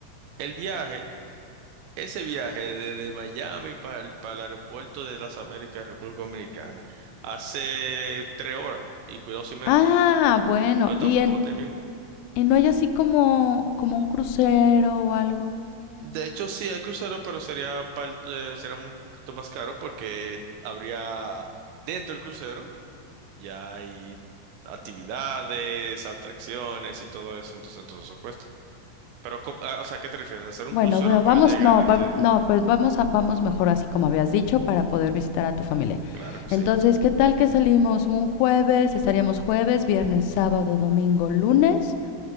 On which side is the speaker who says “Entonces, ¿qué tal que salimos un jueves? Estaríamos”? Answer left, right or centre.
Left